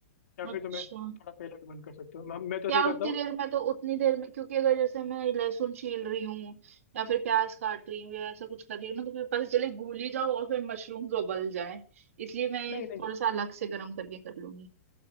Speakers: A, on the left; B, on the right.
A: या
B: अच्छा
A: फिर तुम्हें थोड़ा पहले भी बंद कर सकते हो मैं मैं तो ऐसे
B: यार
A: ही करता
B: उतनी
A: हूँ
B: देर में तो उतनी देर में क्योंकि अगर जैसे मैं लहसुन छील रही हूँ या फिर प्याज काट रही हूँ या ऐसा कुछ कर रही हूँ ना तो फिर पता चले भूल ही जाओ और फिर मशरूम उबल जाए इसलिए मैं
A: नहीं नहीं
B: थोड़ा सा अलग से गर्म करके कर लूंगी